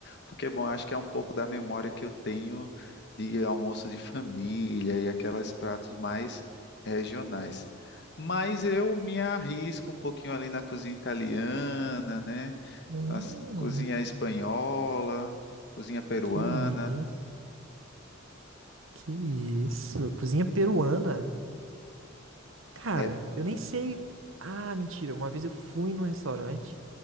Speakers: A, on the left; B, on the right.
A: Porque, bom, acho que é um pouco da memória que eu tenho de almoço de família e aqueles pratos mais regionais. Mas eu me arrisco um pouquinho ali na cozinha italiana, né?
B: Hum,
A: Assim, cozinha espanhola, cozinha peruana.
B: que isso, que isso, cozinha peruana. Cara,
A: É,
B: eu nem sei. Ah, mentira. Uma vez eu fui num restaurante